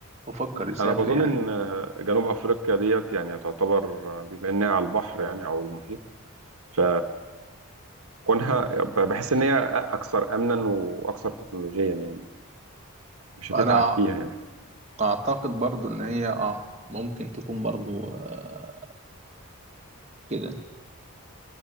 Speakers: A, on the right; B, on the right.
A: وفكر يسافر
B: انا بظن
A: يعني
B: ان آه، جنوب افريقيا ديت يعني تعتبر آه، بما انها على البحر يعني او المحيط ف كونها بحس ان هي اكثر امنا واكثر تكنولوجيا يعني مش هتتعب
A: أنا
B: فيها
A: أعتقد برضو إن هي آه ممكن تكون برضو آه كده